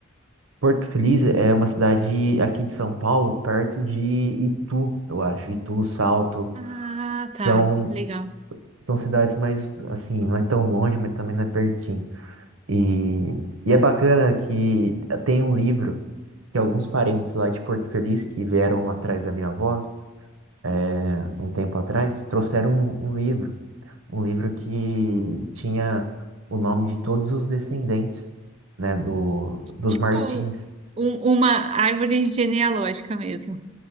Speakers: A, on the right; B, on the right.
A: Porto Feliz é uma cidade aqui de São Paulo, perto de Itu, eu acho. Itu, Salto.
B: Ah, tá,
A: Então,
B: legal.
A: são cidades mais, assim, não é tão longe, mas também não é pertinho. E, e é bacana que tem um livro que alguns parentes lá de Porto Feliz, que vieram atrás da minha avó, é, um tempo atrás, trouxeram um, um livro. Um livro que tinha o nome de todos os descendentes, né, do, dos
B: Tipo
A: Martins.
B: um- uma árvore genealógica mesmo.